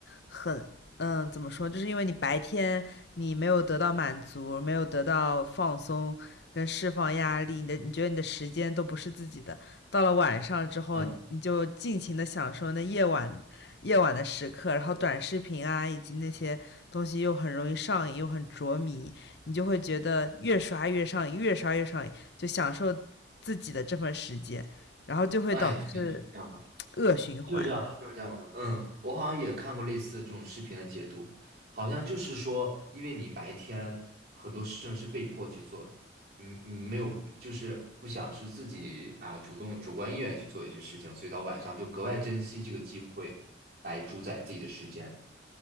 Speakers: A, on the left (about 60°); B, on the right (about 50°).
A: 很嗯，怎么说？就是因为你白天你没有得到满足，没有得到放松跟释放压力，你的你觉得你的时间都不是自己的，到了晚上之后，
B: 嗯，
A: 你就尽情的享受那夜晚夜晚的时刻，然后短视频啊，以及那些东西又很容易上瘾，又很着迷，你就会觉得越刷越上瘾，越刷越上瘾，就享受自己的这份时间，然后就会导致
B: 哎，对，就这样。
A: 恶循环。
B: 就是这样的，就是这样的。嗯，我好像也看过类似这种视频的解读，好像就是说，因为你白天很多事情是被迫去做的，嗯嗯，没有，就是不想是自己啊主动主观意愿去做一些事情，所以到晚上就格外珍惜这个机会来主宰自己的时间。